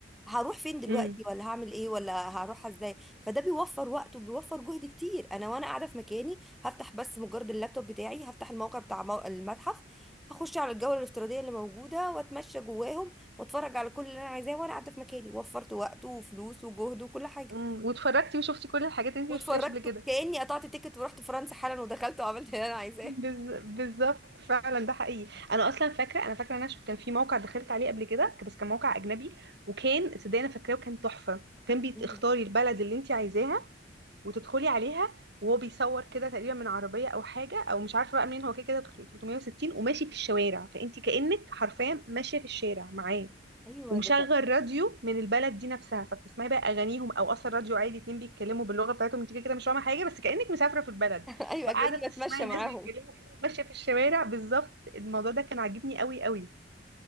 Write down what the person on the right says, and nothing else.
امم
امم واتفرجتي وشفتي كل الحاجات اللي انت
مش شفتيهاش قبل كده
بالز- بالظبط فعلا ده حقيقي انا اصلا فاكره انا فاكره إن انا شو كان في موقع دخلت عليه قبل كده بس كان موقع اجنبي وكان صدقني انا فاكراه وكان تحفه كان بتختاري
البلد اللي انت عايزاها وتدخلي عليها وهو بيصور كده تقريبا من عربيه او حاجه او مش عارفه بقى منين هو كده كده 360 وماشي في الشوارع فانت كانك حرفيا ماشيه في الشارع معاه
ومشغل
راديو من البلد دي نفسها فبتسمعي بقى اغانيهم او اصلا راديو عادي اتنين بيتكلموا باللغه بتاعتهم انت كده كده مش فاهمه حاجه بس كانك مسافره في البلد
فقاعده
بتسمعي
ناس بيتكلموا كأنك ماشيه في الشوارع بالظبط الموضوع ده كان عاجبني قوي قوي